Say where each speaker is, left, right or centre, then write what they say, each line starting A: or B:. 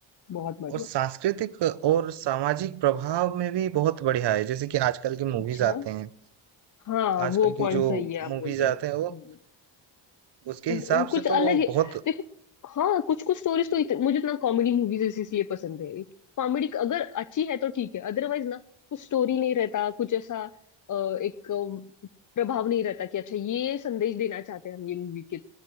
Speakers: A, on the left (about 40°); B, on the right (about 60°).
A: बहुत बढ़िया
B: और सांस्कृतिक और सामाजिक प्रभाव में भी बहुत बढ़िया है जैसे कि आजकल की मूवीज
A: अच्छा
B: आते हैं
A: हाँ
B: आजकल
A: वो पॉइंट
B: की जो
A: सही है आप
B: मूवीज
A: बोल रहे हो
B: आते हैं वो
A: हम्म।
B: उसके
A: वो
B: हिसाब
A: कुछ
B: से
A: अलग
B: तो
A: है
B: बहुत
A: देखो हाँ कुछ कुछ स्टोरीज तो इत, मुझे ना कॉमेडी मूवीज इसलिए पसंद है कॉमेडी अगर अच्छी है तो ठीक है अदरवाइज ना कुछ स्टोरी नहीं रहता कुछ ऐसा अ, एक अ, प्रभाव नहीं रहता कि अच्छा ये संदेश देना चाहते हैं हम ये मूवी के